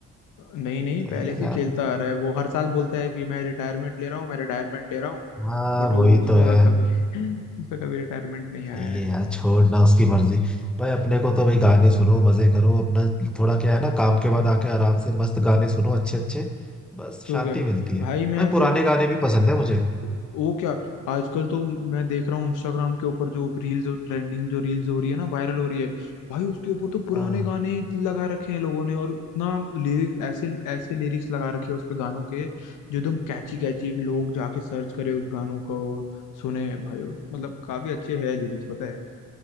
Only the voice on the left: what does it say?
नहीं नहीं
पहले
से
खेलता आ रहा है वो हर साल बोलता है कि मैं रिटायरमेंट ले रहा हूँ मैं रिटायरमेंट ले रहा हूँ
बट वो
उसका
कभी <laughs> उसका कभी रिटायरमेंट नहीं आया
है
तो
क्या
भाई
मैं
तो
वो क्या आजकल तो मैं देख रहा हूँ इंस्टाग्राम के ऊपर जो रील्स ट्रेंडिंग जो रील्स हो रही है ना वायरल हो रही है भाई उसके ऊपर तो पुराने
गाने ही लगा रखे हैं लोगों ने और इतना लिरिक्स ऐसे ऐसे लिरिक्स लगा रखे हैं उस पे गानों के जो एकदम कैची कैची है कि लोग जाके सर्च करें उस गानों को सुने भाई मतलब काफी अच्छे है लिरिक्स पता है